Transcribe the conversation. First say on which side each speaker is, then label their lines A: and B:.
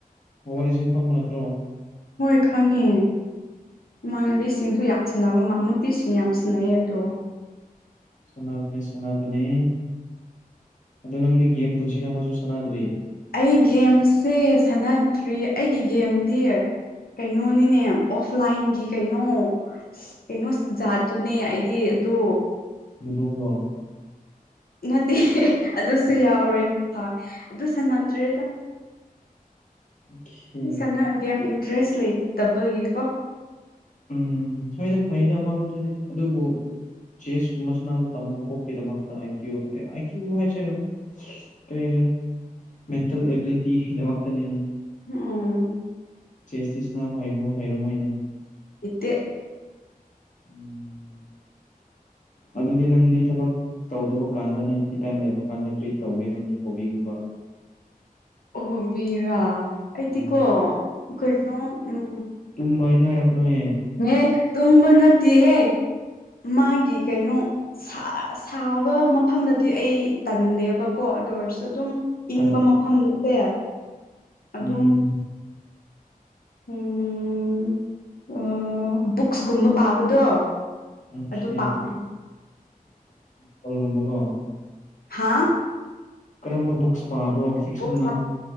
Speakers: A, on the left; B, on the left.
A: ꯃꯣꯕꯥꯏ ꯂꯤꯖꯦꯟ ꯈꯪꯕ ꯅꯠꯇ꯭ꯔꯣ
B: ꯍꯣꯏ ꯈꯪꯉꯦ ꯏꯃꯥꯟꯅꯕꯤꯁꯤꯡꯁꯨ ꯌꯥꯝ ꯁꯥꯟꯅꯕ ꯅꯨꯄꯤꯁꯤꯡ ꯌꯥꯝ ꯁꯤꯟꯅꯩ ꯑꯗꯣ
A: ꯁꯥꯟꯅꯕꯅꯦ ꯁꯥꯟꯅꯕꯅꯦ ꯑꯗꯣ ꯅꯪꯗꯤ ꯒꯦꯝ ꯄꯨꯟꯁꯤꯗ ꯑꯃꯥꯁꯨ ꯁꯥꯟꯅꯗ꯭ꯔꯤ
B: ꯑꯩ ꯒꯦꯝꯁꯦ ꯁꯥꯟꯅꯗ꯭ꯔꯤ ꯑꯩꯒꯤ ꯒꯦꯝꯗꯤ ꯀꯩꯅꯣꯅꯤꯅꯦ ꯑꯣꯐꯂꯥꯏꯟꯒꯤ ꯀꯩꯅꯣ ꯀꯩꯅꯣ ꯖꯥꯠꯇꯨꯅꯦ ꯑꯩꯗꯤ ꯑꯗꯨ
A: ꯂꯨꯗꯣ
B: ꯅꯠꯇꯦ ꯑꯗꯨꯁꯨ ꯌꯥꯎꯔꯦ ꯍꯣꯏ ꯑꯗꯨ ꯁꯥꯟꯅꯗ꯭ꯔꯦꯗ
A: ꯑꯣꯀꯦ
B: ꯁꯥꯟꯅꯒ ꯒꯦꯝ ꯏꯟꯇꯔꯦꯁ ꯂꯩꯇꯕꯒꯤ ꯀꯣ
A: ꯎꯝ ꯁꯣꯏꯗ ꯐꯩꯗ ꯑꯃꯔꯣꯝꯗꯗꯤ ꯑꯗꯨꯕꯨ ꯆꯦꯁ ꯁꯥꯟꯅꯕ ꯇꯥꯝꯃꯣ ꯀꯣꯛꯀꯤꯗꯃꯛꯇ ꯑꯥꯏ ꯀ꯭ꯌꯨ ꯑꯥꯏ ꯀ꯭ꯌꯨ ꯍꯥꯏꯁꯦ ꯀꯔꯤ ꯍꯥꯏꯁꯤꯔ ꯃꯦꯟꯇꯦꯜ ꯑꯦꯕꯤꯂꯤꯇꯤꯒꯤ ꯗꯃꯛꯇꯅꯤꯅꯦ
B: ꯎꯝ
A: ꯆꯦꯁꯇꯤ ꯁꯥꯟꯅꯥꯕ ꯍꯩꯕ꯭ꯔꯣ ꯍꯩꯔꯝ ꯃꯣꯏꯅꯦ
B: ꯍꯩꯇꯦ
A: ꯎꯝ ꯑꯗꯨꯗꯤ ꯅꯪꯗꯤ ꯊꯕꯛ ꯇꯧꯗꯧꯕ ꯀꯥꯟꯗ ꯅꯪ ꯐ꯭ꯔꯤ ꯇꯥꯏꯝ ꯂꯩꯕ ꯀꯥꯟꯗ ꯀꯔꯤ ꯇꯧꯒꯦ ꯅꯪꯒꯤ ꯍꯣꯕꯤꯒꯨꯝꯕ
B: ꯑꯣꯍꯣꯕꯤꯔꯥ ꯑꯩꯗꯤꯀꯣ
A: ꯎꯝ
B: ꯀꯩꯅꯣ ꯑꯝ
A: ꯇꯨꯝꯕꯥꯗꯤ ꯍꯥꯢꯔꯛꯒꯅꯨꯍꯦ
B: ꯍꯦ ꯇꯨꯝꯕ ꯅꯠꯇꯦꯍꯦ ꯃꯥꯒꯤ ꯀꯩꯅꯣ ꯁꯥꯕ ꯃꯐꯝꯗꯗꯤ ꯑꯩ ꯇꯟꯗꯦꯕꯀꯣ ꯑꯗꯨ ꯑꯣꯏꯔꯁꯨ ꯑꯗꯨꯝ ꯏꯪꯕ
A: ꯇꯟ
B: ꯃꯐꯝꯗꯨꯁꯦ ꯑꯗꯨꯝ
A: ꯎꯝ
B: ꯎꯝ ꯑꯣ ꯕꯨꯛꯁꯀꯨꯝꯕ ꯄꯥꯕꯗꯣ
A: ꯑꯣꯀꯦ
B: ꯑꯗꯨ ꯄꯥꯝꯃꯦ꯫
A: <inaudible>
B: ꯍꯥꯥ꯫
A: ꯀꯔꯝꯕ ꯕꯨꯛꯁ ꯄꯥꯕ꯭ꯔꯣ ꯐꯤꯛꯁꯟꯅ
B: ꯕꯨꯛ